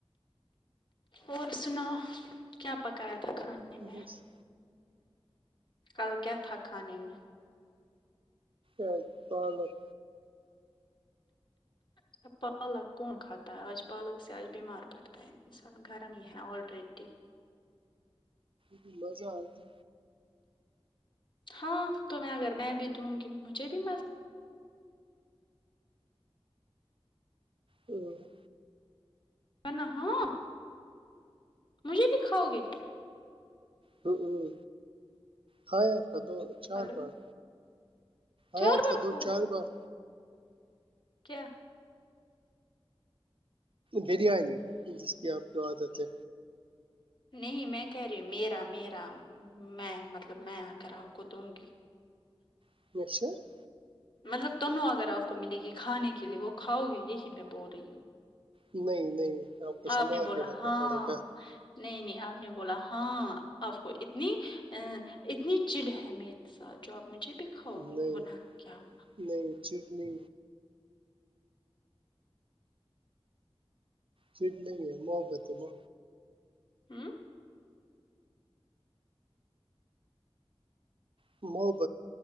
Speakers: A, on the left (about 50°); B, on the right (about 60°).
A: اور سنا کیا پکایا تھاکھر کھانے میں
B: بس
A: کل کیا تھاکان میں
B: اج پالک
A: اچھا پالک کون کھاتا ہے آج پالک سے آج بیمار پڑتا ہے انسان گرم ہی ہے آلرییڈی
B: ک مزہ آتی
A: ہاں تو میں اگر میں بھی دوں گی مجھے بھی مز
B: ہوں
A: نا ہاں مجھے بھی کھاؤ گے
B: ہ ہ ہ کھایا تھا دو چار
A: ہلو
B: بار آیا
A: چار بار
B: تھا دو
A: کھاؤ
B: چار بار
A: کیا
B: بریانی جس کی آپ کو عادت ہے
A: نہیں میں کہہ رہی میرا میرا میں مطلب میں اگر آپکو دوں گی
B: <unintelligible>
A: مطلب تنو اگر آپ کو ملے گی کھانے کے لیے وہ کھاؤ گے یہی میں بول رہی ہوں
B: نہیں نہیں آپ کو سنبھال
A: آپ نے بولا
B: کے رکھنا
A: ہاں
B: پڑے گا
A: نہیں نہیں آپ نے بولا ہاں آپ کو اتنی اہ اتنی چڑ ہے میرے ساتھ جو آپ مجھے بھی کھاؤ
B: نہیں
A: گے گناہ کیا ہوا
B: نہیں چٹنی چٹ نہیں ہے محبت ہے نہ
A: ہوں
B: پو پوپ